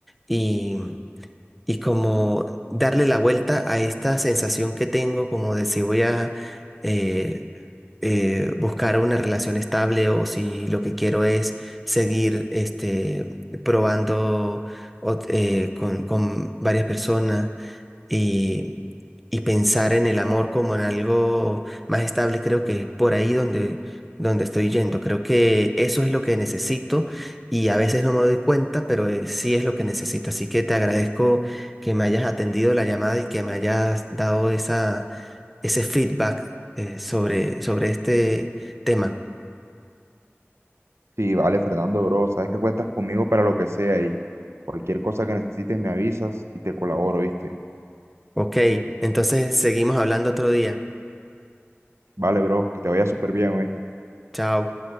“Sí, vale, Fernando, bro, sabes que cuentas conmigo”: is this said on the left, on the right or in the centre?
Right